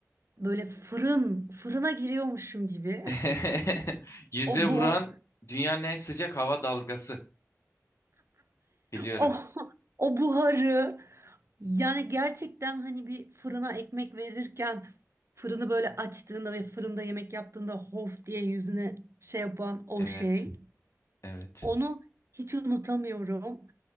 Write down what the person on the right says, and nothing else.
böyle fırın fırına giriyormuşum gibi
<laughs> o
bu
O, <laughs> o buharı yani gerçekten hani bir fırına ekmek verirken fırını böyle açtığında ve fırında yemek yaptığında hof diye yüzüne şey yapan o
şey.
Onu hiç unutamıyorum.